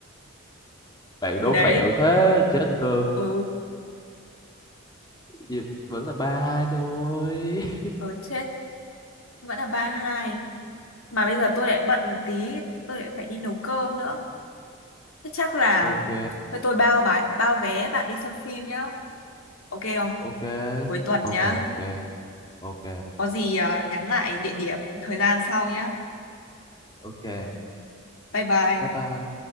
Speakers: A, on the left; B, on the left.
A: bạn đố
B: thì đấy
A: mẹo thế chết cơm
B: ừ
A: Gì- vẫn là ba hai thôi <laughs>
B: ừ chết vẫn là ba hai mà bây giờ tôi lại bận một tí tôi lại phải đi nấu cơm nữa thế chắc là
A: ok
B: thôi tôi bao bài bao vé bạn đi xem phim nhá ok không
A: ok
B: cuối tuần
A: ok
B: nhá
A: ok ok
B: có gì à, nhắn lại địa điểm thời gian sau nhá
A: ok
B: bye bye
A: bye bye